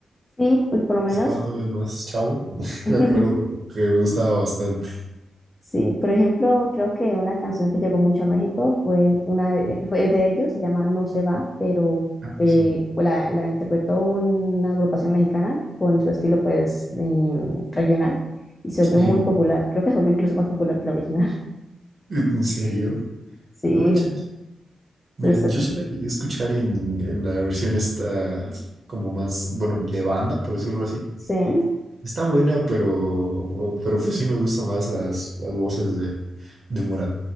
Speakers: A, on the left; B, on the right.
A: sí, pues por lo menos.
B: Estaba todavía más chavo, <laughs>
A: <laughs>
B: me acuerdo que me gustaba bastante.
A: Sí, por ejemplo, creo que una canción que llegó mucho a México fue una de- fue de ellos, se llama No se va, pero
B: Ah,
A: eh,
B: sí.
A: pues la, la interpretó una agrupación mexicana con su estilo pues em, regional y se
B: Sí.
A: volvió muy popular. Creo que se volvió incluso más popular que la original. <laughs>
B: ¿En serio?
A: Sí,
B: No manches.
A: se-
B: Mira,
A: se-
B: yo sí la llegué a escuchar en, en la versión esta, como más, bueno, de banda, por decirlo así.
A: sí.
B: Está buena, pero, pero pues sí me gustan más las, las voces de, de Morat.